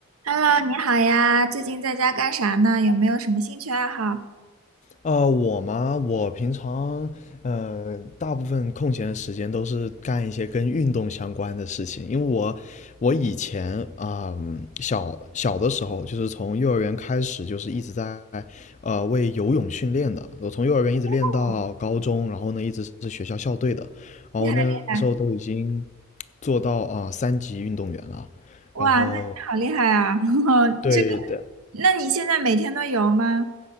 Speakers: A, on the right; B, on the left.
A: Hello，你好呀，最近在家干啥呢？有没有什么兴趣爱好？
B: 呃，我嘛，我平常呃，大部分空闲的时间都是干一些跟运动相关的事情，因为我我以前啊、嗯小小的时候，就是从幼儿园开始，就是一直在呃为游泳训练的。我从幼儿园一直练到高中，
A: 哦，
B: 然后呢一直是学校校队的，然后那个时候都已经
A: 厉害厉害，
B: 做到啊、三级运动员了。
A: 哇，
B: 然后
A: 那你好厉害啊！<laughs>
B: 对，
A: 这个，
B: 的。
A: 那你现在每天都游吗？